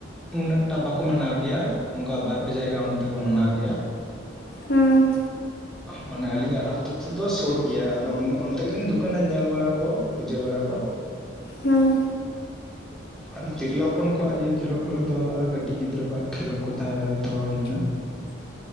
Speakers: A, in the centre; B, on the left.
A: ᱩᱱᱟᱹᱜ ᱴᱟ ᱵᱟᱠᱚ ᱢᱟᱱᱟᱣ ᱜᱮᱭᱟ, ᱚᱱᱠᱟ ᱵᱟᱨ ᱯᱮ ᱡᱟᱭ ᱜᱟ ᱚᱱᱛᱮ ᱠᱚ ᱢᱟᱱᱟᱣ ᱜᱮᱭᱟ᱾
B: ᱦᱩᱸ
A: ᱢᱟᱱᱮ ᱟᱹᱞᱤᱧᱟᱜ ᱟ ᱟᱹᱛᱩ ᱠᱚ ᱫᱚ ᱥᱩᱨ ᱜᱮᱭᱟ ᱟᱫᱚ ᱚᱱᱛᱮ ᱜᱮᱞᱤᱧ ᱫᱠᱟᱱᱟ ᱧᱮᱞ ᱵᱟᱲᱟ ᱠᱚ ᱯᱩᱡᱟᱹ ᱵᱟᱲᱟ ᱠᱚ
B: ᱦᱮᱸ
A: ᱟᱫᱚ ᱛᱤᱨᱞᱟᱹ ᱦᱚᱯᱚᱱ ᱠᱚᱣᱟᱜ ᱤᱭᱟᱹ ᱠᱷᱮᱞᱳᱰ ᱠᱚᱞᱮ ᱫᱚᱦᱚᱞᱟᱜᱼᱟ ᱠᱟᱹᱴᱤᱡ ᱜᱤᱫᱽᱨᱟᱹ ᱠᱚᱣᱟᱜ ᱠᱷᱮᱞᱳᱰ ᱠᱚ ᱛᱟᱦᱮᱸ ᱫᱚᱦ ᱦᱩᱭ ᱞᱮᱱᱟ
B: <inaudible>